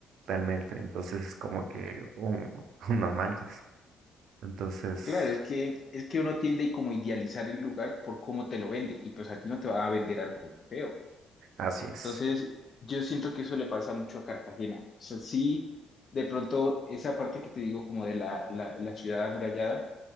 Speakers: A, on the right; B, on the left.
A: totalmente, entonces es como que, un <laughs> no manches, entonces,
B: Claro, es que, es que uno tiende y como idealizar el lugar por cómo te lo vende y pues a ti no te va a vender algo feo.
A: así es.
B: Entonces, yo siento que eso le pasa mucho a Cartagena. O sea, sí, de pronto esa parte que te digo como de la, la, la ciudad amurallada,